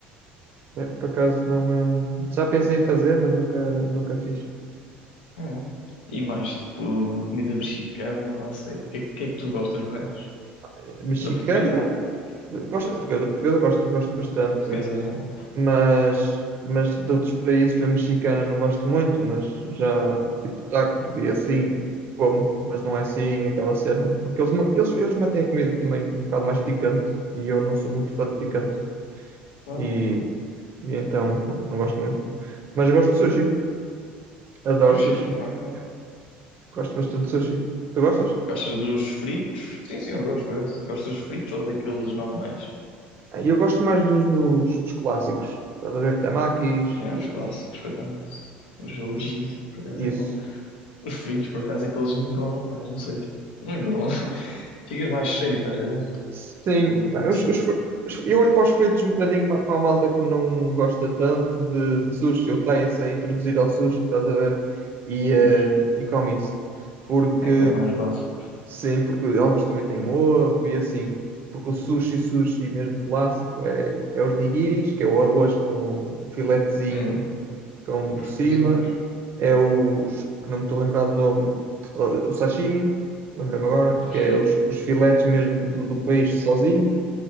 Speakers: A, on the right; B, on the left.
A: É, por acaso não. hum, já pensei em fazer, mas nunca, nunca fiz.
B: É. E mais, tipo, comida mexicana, não sei. O que, é que é que tu gostas mais?
A: Eh, Mexicana,
B: Da portuguesa?
A: eh, gosto
B: Sei
A: de
B: lá.
A: portuguesa, portuguesa gosto, gosto bastante.
B: Portuguesa é bom.
A: mas, mas de outros países, por exemplo, mexicana não gosto muito, mas já tipo tacos e assim como, mas não é assim aquela cena. Porque eles, ma- eles, eles metem a comida também um bocado mais picante e eu não sou muito fã de picante.
B: Não,
A: E,
B: não. é.
A: e então, pronto, não gosto muito. Mas eu gosto de sushi, adoro
B: Sushi,
A: sushi.
B: Ah, ok.
A: Yeah. Gosto bastante de sushi. Tu gostas?
B: Gostas dos fritos? Sim, sim, eu gosto, é. Gostas dos fritos ou daqueles normais?
A: Ah, Eu gosto mais dos, dos, dos clássicos. Estás a ver? Tamakis,
B: É,
A: os,
B: os clássicos, por acaso. Os O jogo
A: os,
B: de por acaso
A: isso.
B: é bom. Os fritos, por acaso, é que eles engordam mais, não sei. tipo, não engordam. <laughs> Ficas mais cheio, estás a ver?
A: Sim,
B: Tipo,
A: pá,
B: não
A: os-
B: sei.
A: os fr- os- eu olho para os fritos um bocadinho ma- para a malta que não gosta tanto de, de sushi, eu tenho-se a introduzir ao sushi, estás a ver? E,
B: Pois.
A: eh, e come isso. Porque
B: É que é o mais básico.
A: Sim, porque alguns também têm ovo e assim. Porque o sushi, sushi mesmo clássico, é, é os nigiris, que é o arroz com o filetezinho
B: Uhum.
A: com
B: Os
A: por cima.
B: coisinhos,
A: É os, que não me estou a lembrar do nome, o sashimi, lembrei-me agora,
B: peixinho.
A: que é os, os filetes mesmo do, do peixe sozinhos.